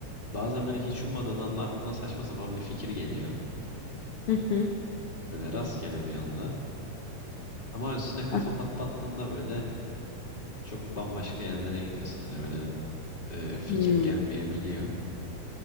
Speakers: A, on the left; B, on the left.
A: Bazen böyle hiç ummadığın anda aklına saçma sapan bir fikir geliyor.
B: Hı hı.
A: Böyle rastgele bir anda. Ama üstüne kafa
B: Ah,
A: patlattığında böyle çok bambaşka yerlere gidiyorsun. Hani böyle e, fikir
B: Hmm,
A: gelmeyebiliyor.